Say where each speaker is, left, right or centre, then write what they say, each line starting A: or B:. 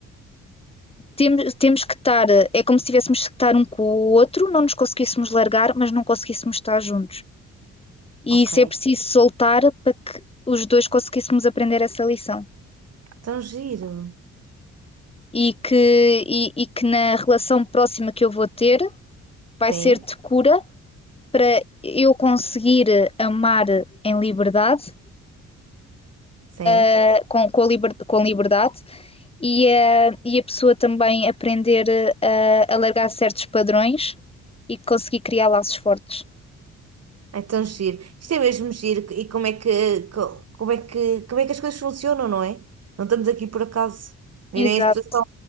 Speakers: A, on the left (about 20°); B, on the right (about 55°).
A: temos, temos que estar, é como se tivéssemos que estar um com o outro, não nos conseguíssemos largar, mas não conseguíssemos estar juntos. E
B: Ok.
A: isso é preciso soltar para que os dois conseguíssemos aprender essa lição.
B: Tão giro.
A: E que, e, e que na relação próxima que eu vou ter vai
B: Sim,
A: ser de cura para eu conseguir amar em liberdade,
B: sim.
A: eh, com, com, liber, com liberdade, e a, e a pessoa também aprender a, a largar certos padrões e conseguir criar laços fortes.
B: É tão giro. Isto é mesmo giro. E como é que, co- como é que, como é que as coisas funcionam, não é? Não estamos aqui por acaso. E
A: Exato.
B: nem as pessoas estão,